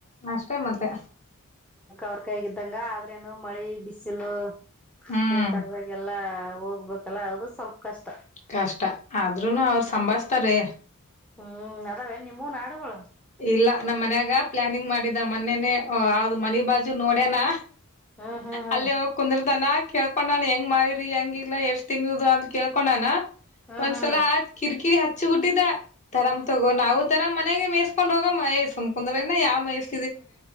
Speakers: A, on the left (about 35°); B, in the centre.
A: ಅಷ್ಟೇ ಮತ್ತೆ
B: ಅವ್ರ ಕೈಗಿದ್ದಂಗ ಆದ್ರೇನು ಮಳಿ ಬಿಸಿಲು
A: ಹ್ಮ್
B: ಇನ್ ತರದಾಗಲ್ಲ ಹೋಗ್ಬೇಕಲ್ಲ ಅದು ಸ್ವಲ್ಪ ಕಷ್ಟ
A: ಕಷ್ಟ ಆದ್ರೂನು ಅವರು ಸಂಭಸ್ತಾರೆ
B: ಹ್ಮ್ ಅದಾವ ನಿಮ್ಮೂನ್ ಹಾಡುಗಳು
A: ಇಲ್ಲ ನಮ್ಮ ಮನಯಾಗ ಪ್ಲ್ಲಾನಿಂಗ್ ಮಾಡಿದ್ದ ಮೊನ್ನೇೇ ಯದು ಮನಿ ಬಾಜು ನೋಡೇನಾ
B: ಹ್ಮ್ ಹ್ಮ್ ಹ್ಮ್
A: ಅಲ್ಲಿ ಕುಂದ್ರ ದಾನ ಕೇಳ್ಕೊಂಡಾನ ಹೆಂಗ ಮಾರೀರಿ ಹೆಂಗಿಗ್ಾ ಎಷ್ಟ್ ತಿಂಗದು ಅಂತ ಕೇಳ್ಕೊಂಡನ
B: ಹಾ
A: ಮನ್ಸಲ್ಲ
B: ಹಾ
A: ಹತ್ ಕಿರಿಕಿರಿ ಹ ಚ ಕುಟ್ಟಿದ ತರಾಮ್ ತಗೋ ನಾವು ತರಾಮ್ ನಗೆ ಹೊಂಡ ಹೋಗ ಮಯ್ು ಕುಂದರ ಯಾವ ಮಯಸ